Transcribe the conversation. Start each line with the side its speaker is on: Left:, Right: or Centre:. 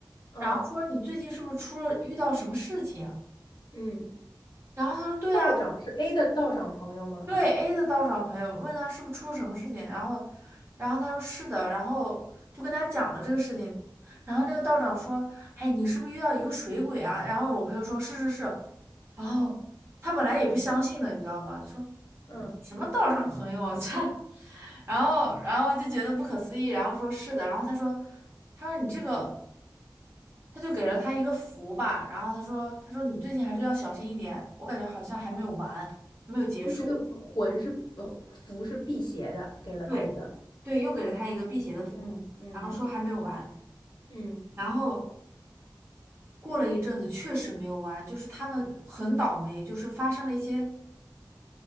Left: 嗯
Right: 然后说你最近是不是出了遇到什么事情？
Left: 嗯，
Right: 然后他说对啊，
Left: 道长是 A 的道长朋友吗？
Right: 对 A 的道长朋友问他是不是出了什么事情，然后，然后他说是的，然后就跟他讲了这个事情，然后那个道长说，哎，你是不是遇到一个水鬼啊？然后我朋友说是是是，然后他本来也不相信的，你知道吗？说，
Left: 嗯。
Right: 嗯，什么道上朋友啊这，<laughs> 然后然后就觉得不可思议，然后说是的，然后他说，他说你这个，他就给了他一个符吧，然后他说，他说你最近还是要小心一点，我感觉好像还没有完，还没有结束，
Left: 就这个魂是呃符是辟邪的，给了他一个，
Right: 对，对，又给了他一个辟邪的符，
Left: 嗯嗯
Right: 然后说还没有完，
Left: 嗯，
Right: 然后过了一阵子确实没有完，就是他们很倒霉，就是发生了一些。